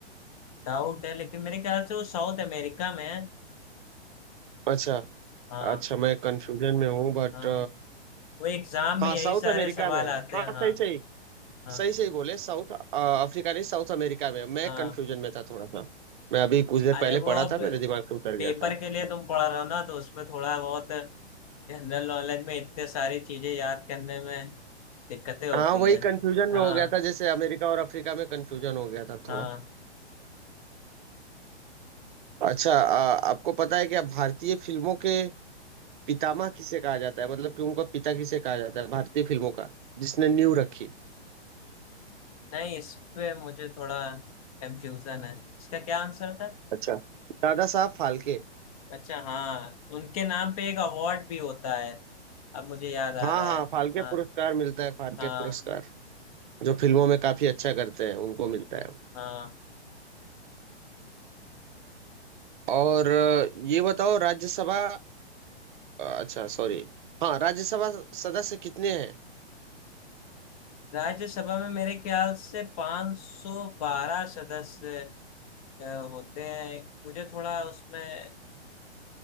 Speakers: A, on the left; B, on the right.
A: डाउट है लेकिन मेरे ख्याल से वो साउथ अमेरिका में है
B: अच्छा
A: हाँ
B: अच्छा मैं कंफ्यूजन में हूँ बट
A: हाँ वो एग्जाम में
B: हाँ
A: यही
B: साउथ
A: सारे
B: अमेरिका
A: सवाल
B: में है
A: आते
B: हाँ
A: हैं हाँ
B: सही सही
A: हाँ
B: सही सही बोले साउथ अ, अफ्रीका नहीं साउथ अमेरिका में मैं
A: हाँ
B: कंफ्यूजन में था थोड़ा सा मैं अभी कुछ देर
A: अरे
B: पहले
A: वो
B: पढ़ा
A: अब
B: था मेरे दिमाग से उतर
A: पेपर
B: गया था
A: के लिए तुम पढ़ रहे हो ना तो उसमें थोड़ा बहुत जनरल नॉलेज में इतने सारी चीजें याद करने में दिक्कतें होती
B: हाँ वही
A: हैं
B: कंफ्यूजन
A: हाँ
B: में हो गया था जैसे अमेरिका और अफ्रीका में कंफ्यूजन हो गया था
A: हाँ
B: थोड़ा अच्छा अ, आपको पता है क्या भारतीय फिल्मों के पितामह किसे कहा जाता है मतलब कि उनका पिता किसे कहा जाता है भारतीय फिल्मों का जिसने नींव रखी
A: नहीं इस पे मुझे थोड़ा कंफ्यूजन है इसका क्या आंसर था
B: अच्छा दादा साहब फाल्के
A: अच्छा हाँ उनके नाम पे एक अवार्ड भी होता है अब मुझे याद आ
B: हाँ
A: रहा
B: हाँ
A: है
B: फाल्के
A: हाँ
B: पुरस्कार मिलता है फाल्के
A: हाँ
B: पुरस्कार जो फिल्मों में काफी अच्छा करते हैं उनको मिलता है
A: हाँ
B: और अ, ये बताओ राज्यसभा अच्छा सॉरी हाँ राज्यसभा सदस्य कितने हैं
A: राज्यसभा में मेरे ख्याल से 512 सदस्य अ, होते हैं मुझे थोड़ा उसमें